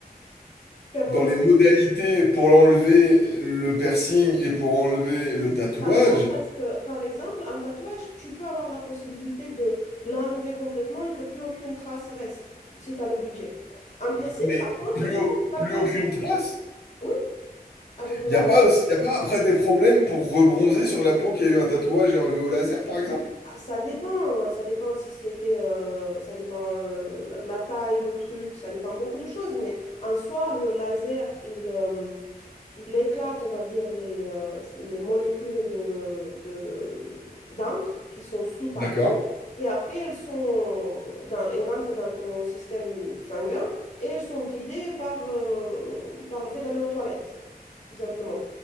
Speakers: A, on the left (about 45°); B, on the left (about 80°).
A: permanente.
B: dans les modalités pour l'enlever le piercing et pour enlever le tatouage,
A: Ah non, parce que par exemple, un tatouage, tu peux avoir la possibilité de l'enlever complètement et que plus aucune trace reste, si tu as le budget. Un piercing,
B: mais
A: par contre,
B: plus,
A: une
B: au-
A: fois que ta
B: plus
A: peau
B: aucune
A: elle est
B: trace.
A: oui, avec le
B: Il
A: laser,
B: n'y a pas aussi, y a pas après des problèmes pour rebronzer sur la peau qui a eu un tatouage et enlevé au laser, par exemple?
A: Ah, ça dépend, euh, ça dépend si c'était, euh, ça dépend le- le- la taille, le truc, ça dépend beaucoup de choses, mais en soi, le laser, il, euh, il éclate, on va dire, les, euh, les molécules de, de- d'encre qui sont sous ta
B: D'accord.
A: peau. Et après, elles sont dans, elles rentrent dans ton système sanguin et elles sont vidées par, euh, par le fait d'aller aux toilettes, tout simplement.